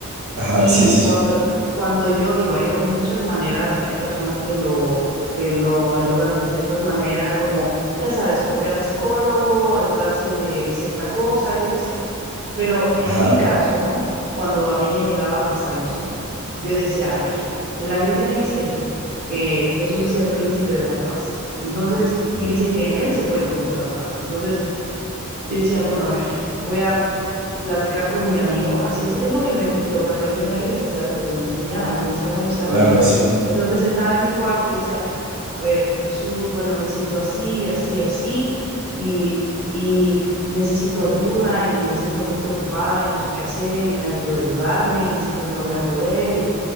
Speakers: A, on the right; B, on the right.
A: ajá,
B: y
A: sí, sí,
B: cuando,
A: sí.
B: cuando yo digo, hay muchas maneras, hay personas que lo, que lo ayudan de ciertas maneras, como, ya sabes, como ir al psicólogo, ayudarse de cierta cosa, yo qué sé. Pero en
A: Ajá.
B: mi caso, cuando a mí me llegaba a pasar eso, yo decía, a ver, en la Biblia dice que Jesús es el príncipe de la paz. Entonces,
A: Sí.
B: y dice que en él se puede encontrar paz. Entonces, yo decía, bueno, a ver, voy a platicar con mi amigo, así es, es lo que me, lo que aprendí en la iglesia, ¿sabes? Lo que me enseñaban. Y yo decía, bueno, está
A: Claro,
B: bien, a ver.
A: sí.
B: Entonces me sentaba en mi cuarto y decía, a ver, Jesús, bueno, me siento así, así, así, y, y necesito ayuda y me siento muy preocupada y no sé qué hacer y nadie puede ayudarme y siento que no voy a poder. Y,